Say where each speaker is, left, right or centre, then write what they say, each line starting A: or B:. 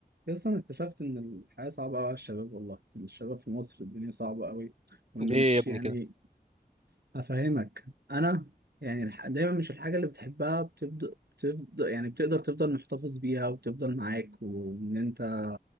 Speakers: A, on the right (about 75°); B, on the right (about 40°).
A: بس انا اكتشفت ان الحياه صعبه قوي على الشباب والله إن الشباب في مصر الدنيا صعبه قوي وانه
B: دي إيه
A: مش
B: يا ابني
A: يعني
B: كده
A: افهمك انا يعني الح... دايما مش الحاجه اللي بتحبها بتبدا بتبدا يعني بتقدر تفضل محتفظ بيها وبتفضل معاك وان انت